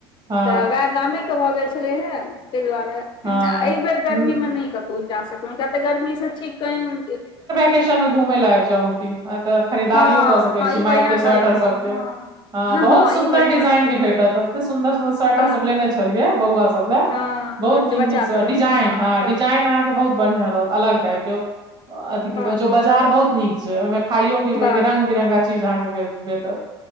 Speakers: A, on the right; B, on the left.
A: हाँ,
B: त वैह गामे के भऽ गेल छलै हे ताहि दुआरे
A: हाँ
B: गर्मी
A: हम्म,
B: मे नहि कतहु जा सकलहुं किया तऽ गर्मी से ठीक कह
A: किशन मे घूमय लए आबि जाउ औंटी तऽ खरीदारियो
B: हँ
A: कऽ सकैत
B: हँ
A: छी
B: ई
A: मारिते
B: बढ़िआँ
A: स्वेटर
B: कहलहुँ
A: सब
B: हँ
A: के
B: हँ
A: हाँ
B: हँ
A: बहुत
B: हँ
A: सुन्दर
B: ई बढ़िआँ
A: डिजाइन
B: कहलहुँ
A: के भेटत एते सुदर सुदर स्वेटर
B: वाह
A: सब लेने छलियै बौआ सब लए
B: हँ
A: बहुत
B: बच्चा
A: नीक नीक सऽ
B: सब
A: डिजाइन
B: हँ
A: हाँ
B: वाह
A: डिजाइन अहाँ के बहुत बढ़िया रहत अलग टाइप के अथी
B: वाह
A: कह बाजार बहुत नीक छै ओहि में खाइयो पीबै
B: वाह
A: के रंग बिरंगा चीज अहाँ के भऽ भेटत